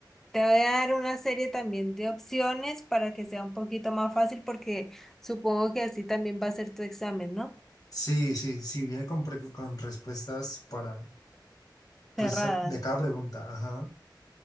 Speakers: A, in the centre; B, on the left (about 55°).
A: Te voy a dar una serie también de opciones para que sea un poquito más fácil porque supongo que así también va a ser tu examen, ¿no?
B: Sí, sí, sí, viene con, pregu- con respuestas para, pues,
A: Cerrada.
B: de cada pregunta. Ajá.